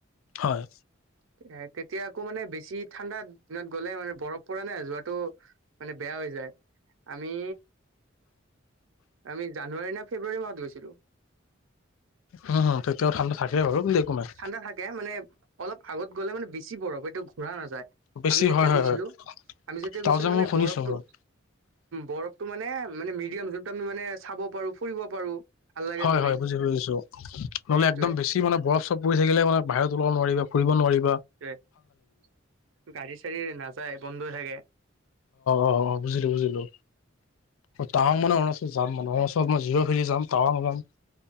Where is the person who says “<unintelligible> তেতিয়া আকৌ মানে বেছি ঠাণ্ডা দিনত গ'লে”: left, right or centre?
Right